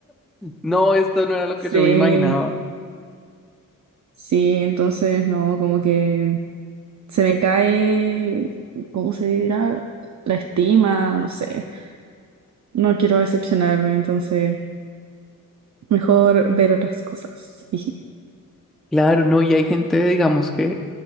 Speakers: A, in the centre; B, on the right (about 55°).
A: no, esto no era lo
B: Sí,
A: que yo me imaginaba.
B: sí, entonces no, como que se me cae, ¿cómo se dirá? La estima, no sé. No quiero decepcionarme, entonces mejor ver otras cosas. <laughs> Jiji.
A: Claro, no, y hay gente, digamos, que